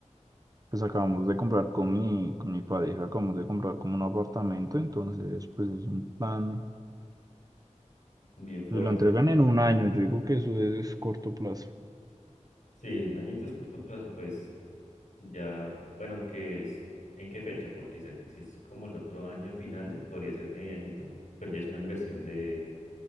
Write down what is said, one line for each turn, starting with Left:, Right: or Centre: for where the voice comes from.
Right: pues acabamos de comprar con mi, con mi pareja, acabamos de comprar como un apartamento, entonces, pues es un plan.
Left: bien fuerte.
Right: Pues lo entregan en un año, yo digo que eso es corto plazo.
Left: Sí, en añitos corto plazo, pues. Ya, bueno, aunque es, ¿en qué fecha? Porque se- si es como el otro año finales, podría ser medianito, pero ya es una inversión de,